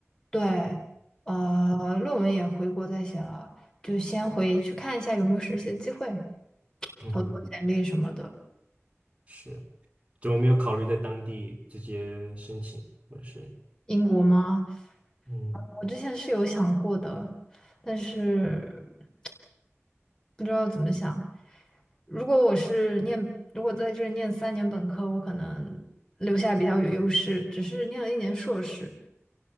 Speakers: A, on the left (about 15°); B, on the right (about 25°).
A: 对，呃，论文也回国再写了，就先回去看一下有没有实习的机会，
B: 嗯哼，
A: 投投简历什么的。
B: 是，怎么没有考虑在当地直接申请，或者是
A: 英国吗？嗯
B: 嗯，
A: 我之前是有想过的，但是 <tsk> 不知道怎么想。如果我是念，如果在这里念三年本科，我可能留下比较有优势，只是念了一年硕士，